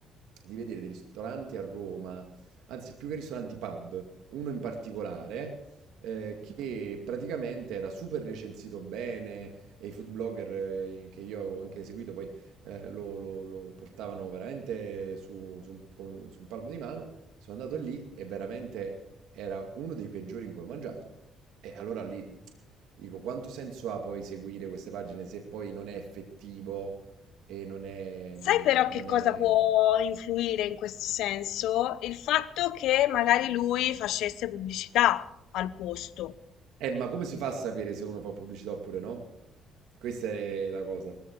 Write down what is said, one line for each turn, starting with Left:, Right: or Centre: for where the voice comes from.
Right: di vedere dei ristoranti a Roma anzi più che ristoranti pub, uno in particolare eh, che praticamente era super recensito bene e i food blogger eh, che io avevo anche seguito poi eh, lo, lo- lo portavano veramente su, su un, con- su un palmo di mano. Sono andato lì e veramente era uno dei peggiori in cui ho mangiato. E allora lì dico, quanto senso ha poi seguire queste pagine se poi non è effettivo e non è...
Left: Sai
Right: non
Left: però che cosa
Right: è...
Left: può influire in questo senso? Il fatto che magari lui facesse pubblicità al posto.
Right: Eh, ma come si fa a sapere se uno fa pubblicità oppure no? Questa è la cosa.